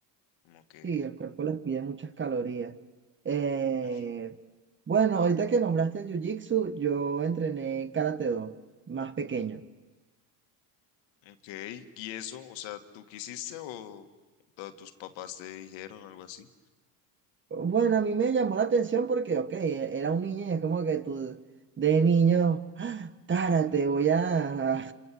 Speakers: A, on the left; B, on the right.
A: como que...
B: Sí, el cuerpo les pide muchas calorías. Eh,
A: ujú.
B: bueno, ahorita que nombraste el Jiu-Jitsu, yo entrené Karate Do, más pequeño.
A: Ok, ¿y eso? O sea, ¿tú quisiste o o tus papás te dijeron algo así?
B: Bueno, a mí me llamó la atención porque, ok, e- era un niño y es como que tú de niño, ¡ah! cara, te voy a, a,